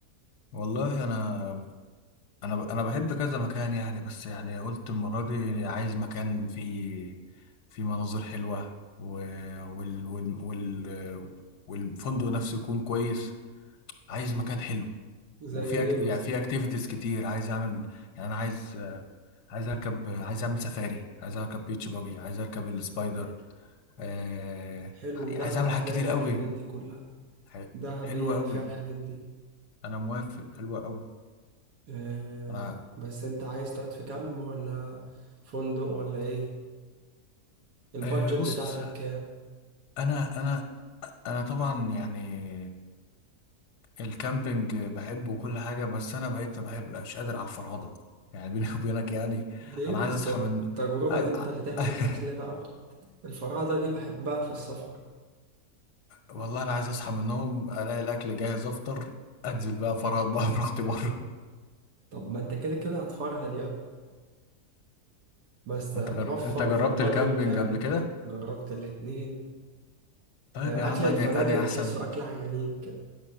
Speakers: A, on the left (about 80°); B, on the right (about 85°).
A: والله انا انا ب... انا بحب كذا مكان يعني بس يعني قلت المره دي عايز مكان فيه فيه مناظر حلوه و... وال... وال... وال... والفندق نفسه يكون كويس عايز مكان حلو
B: زي
A: وفي
B: ايه
A: أك...
B: مثلا
A: يعني في اكتيفيتيز كتير عايز اعمل يعني انا عايز عايز اركب عايز اعمل سفاري عايز اركب بيتش باجي عايز اركب السبايدر آه...
B: حلو دهب
A: عايز اعمل
B: هتلاقي
A: حاجات كتير
B: فيها
A: قوي
B: الحاجات دي كلها
A: ح-
B: دهب
A: حلوه
B: هي اللي
A: قوي
B: فيها الحاجات دي
A: انا موافق حلوه قوي
B: اه
A: انا
B: بس انت عايز تقعد في كامب ولا فندق ولا ايه البادجت
A: آه بص
B: بتاعتك كام
A: انا انا انا طبعا يعني الكامبينج بحبه وكل حاجه بس انا بقيت ما بحبش قادر على الفرهده يعني بيني <laughs> وبينك يعني
B: ليه
A: انا
B: بس
A: عايز اصحى
B: التجربة
A: من عايز...
B: إن أنت اللي تعمل
A: <laughs>
B: أكل بقى وت- الفرادة دي بحبها في السفر
A: والله انا عايز اصحى من النوم الاقي الاكل جاهز افطر انزل بقى فرهد بقى براحتي بره
B: طب ما أنت كده كده هتفرها دي أكتر.
A: <laughs>
B: بس
A: انت
B: هتوفر
A: جر... انت جربت
B: في البادجت
A: الكامبينج
B: كامل
A: قبل كده
B: جربت الاتنين
A: طيب
B: آه،
A: يا عم
B: أكل الفنادق
A: انا انا احسن
B: تحسه أكل عيانين كده